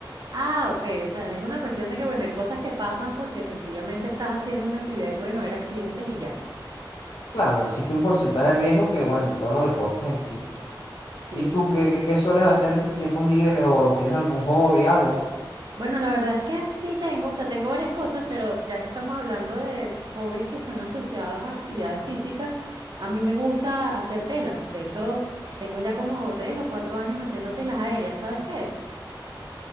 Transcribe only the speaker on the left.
Claro, existe un porcentaje de riesgo que, bueno, en todos los deportes existe.
¿Y tú qué, qué sueles hacer en tus tiempos libres o tienes algún hobby, algo?